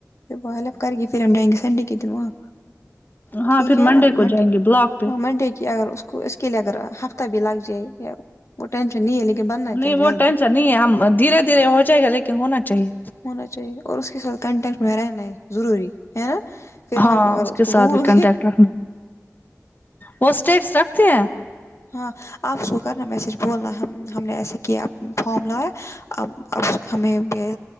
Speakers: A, on the left (about 60°); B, on the left (about 35°).
A: پھر وہ ہیلپ کر کے پھر ہم ڈیں گے سنڈے کے دن واں
B: ہاں
A: ٹھیک
B: پھر
A: ہے
B: کو
A: منڈے
B: جائیں گے بلاک پہ
A: ہاں منڈے کی اگر اس اس کے لیے اگر ہفتہ بھی لگے جائے وہ ٹینشن نیے لیکن بننا
B: نہیں
A: چاہے
B: وہ
A: جلدی
B: ٹینشن نہیں ہم دھیرے دھیرے ہو جائے گا لیکن ہونا چاہیے
A: ہونا چاہیے اور اس کے ساتھ کانٹیکٹ میں رہنا ہے ضروری ہے نا پھر
B: ہاں
A: ہم اگر
B: اس کے
A: کو
B: ساتھ
A: بھول
B: بھی کنٹیکٹ
A: گئے
B: رکھنا وہ اسٹیٹس رکھتے ہیں
A: ہاں آپ اس کو کرنا میسج بولنا ہم نے ایسے کیا فارم لایا ب اب ہمیں بھی